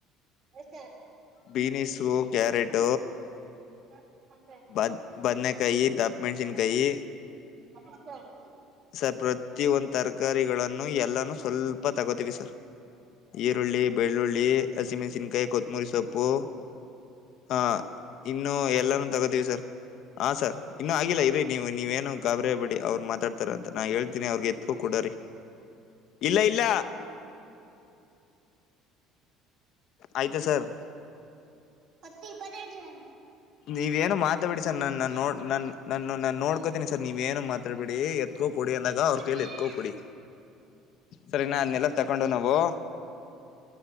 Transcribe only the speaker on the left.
ಬೀನಸು ಕ್ಯಾರೆಟ.
ಬ ಬದನ ಕಾಯಿ ದ ಮೆನ್ಸನ್ ಕಾಯಿ
ಸರ್ಪ <unintelligible> ಪ್ರತಿ ಒಂದು ತರಕಾರಿಗಳನ್ನು ಎಲ್ಲಾನೂ ಸ್ವಲ್ಪ ತಗೋತೀವಿ ಸರ್ ಈರುಳ್ಳಿ ಬೆಳ್ಳುಳ್ಳಿ ಹಸಿಮೆಣಸಿನ್ಕಾಯಿ ಕೊತ್ತಮುರಿ ಸೊಪ್ಪು <unintelligible> ಪ್ಪೋ ಆ ಇನ್ನು ಎಲ್ಲಾನು ತಗೋತೀವಿ ಸರ್. ಹ ಸರ್ ಇನ್ನುೂ ಆಗಿಲ್ಲ ಇರೀ ನೀವು ನೀವೇನು. ಗಾಬರಿಯಾಗಬೇಡಿ ಅವರು ಮಾತಾಡ್ತಾರೆ ಅಂತ ನಾ ಹೇಳ್ತೀನಿ ಅವ್ರಿಗೆ <unintelligible> ಹಕಡ್ರರಿ ಇಲ್ಲ ಇಲ್ಲ ಆಯ್ತಾ ಸರ್
ನೀವೇನು ಮಾತಾಡಬೇಡಿ ಬಿಡಿ ಸರ್ ನನ್ನ ನೋ ನ ನನ್ನ ನಾನ್ ನೋಡ್ಕೋತಿನನಿ ಸರ್ ನೀವೇನು ಮಾತಾಡ್ಬೇಡಿ ಕೊಡಿ ಅಂದಾಗ
ಅವ್ರ ಕೈಯಲ್ಲಿ ಎತ್ಕೊ ಕೊಡಿ ಸರಿನಾ ಅದ್ನೆೆಲ್ಲ ತಕೊಂಡು ನಾವು